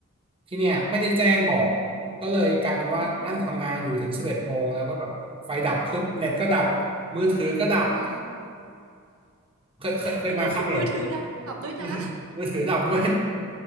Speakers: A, on the right; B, on the right.
A: ที่เนี่ยไม่ได้แจ้งบอกก็เลยกลายเป็นว่านั่งทำงานอยู่ถึงสิบเอ็ดโมงแล้วก็แบบไฟดับเพิ่มเน็ตก็ดับ
B: อือหือ
A: มือถือก็ดับ
B: อ่า
A: เคยเคยเคยมาเขมร
B: ประเด็นคือมือถือดับด้วยนะ
A: มือถือมือถือดับด้วย